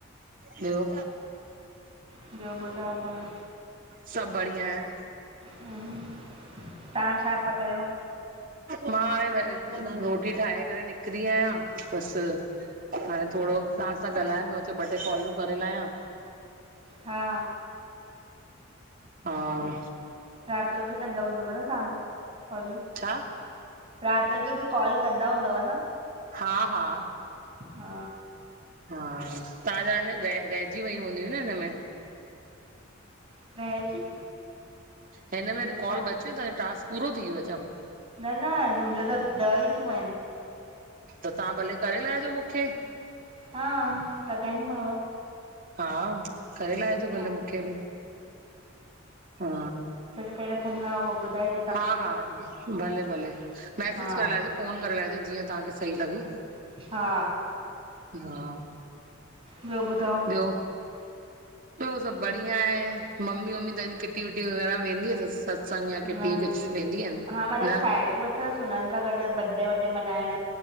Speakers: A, on the right (about 45°); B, on the right (about 30°).
A: ॿियो
B: ॿियो ॿुधायो तव्हां
A: सभु बढ़िया आए।
B: हम्म तव्हां छा पिया कयो
A: मां हाणे रोटी ठाहे करे निकरी आहियां बसि हाणे थोरो तव्हां सां ॻाल्हाए मां चयो ॿ टे कॉलूं करे लाहिया।
B: हा
A: हा
B: राति जो बि कंदां हूंदव न तव्हां काॅलूं
A: छा
B: राति जो बि कॉल कंदा हूंदव न
A: हा हा
B: हा
A: हा तव्हांजा अञां रहिजी वयूं हूंदियूं न हिनमें
B: रहिजी
A: हिन
B: मतलब
A: में
B: छा
A: कॉल बचियूं तवे टास्क पूरो थी वियो छा?
B: न न हिनमहिल त ॾह ई थियूं आहिनि।
A: त तव्हां भले करे लाहिजो मूंखे।
B: हा लॻाईंदीमांव
A: हा करे लाएजो भले
B: हा
A: मूंखे बि हा
B: ॾेई रखंदी माव पोइ बुधाईंजो।
A: हा हा भले भले मैसेज
B: हा
A: करे लाहिजो फ़ोन करे लाहिजो जीअं तव्हांखे सही लॻे।
B: हा
A: हा
B: ॿियो ॿुधायो।
A: ॿियो ॿियो सभु बढ़िया आहे मम्मी वम्मी तहांजी किटी विटी वग़ैरह में वेंदी अन सत्संग या
B: न
A: किटी कुझु वेंदी अन
B: हा मतलबु
A: न।
B: साहेड़ियूं अथसि हुननि खां गॾु बॾे वॾे मंहाइण।